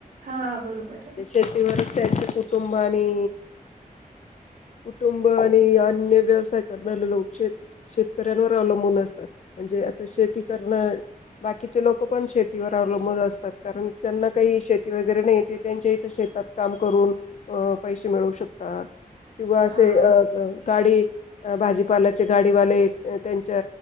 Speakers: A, on the right; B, on the left.
A: हा बरोबर आहे
B: त्या शेतीवरच त्यांच्या कुटुंबानी कुटुंब आणि अन्य व्यवसाय करणारे लोक शेत शेतकऱ्यांवर अवलंबून असतात म्हणजे <unintelligible> आता शेती करणं, बाकीचे लोक पण शेतीवर अवलंबून असतात. कारण ज्यांना काही शेती वगैरे नाही, ते त्यांच्या हित शेतात काम करून अ पैसे मिळू शकता किंवा असे
A: हा
B: अ <unintelligible> गाडी अ भाजीपालाचे गाडीवाले य त्यांच्या